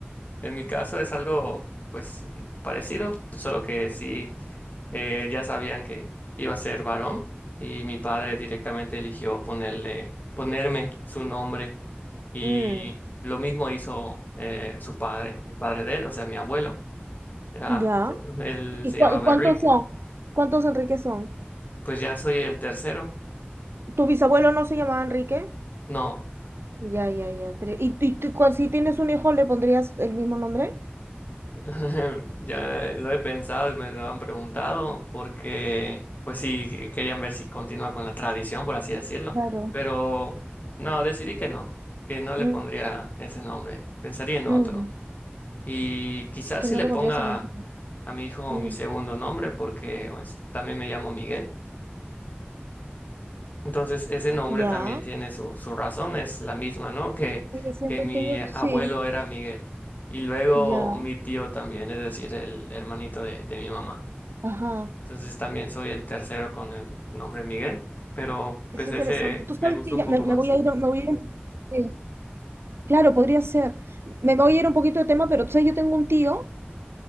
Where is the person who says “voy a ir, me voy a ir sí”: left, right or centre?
Right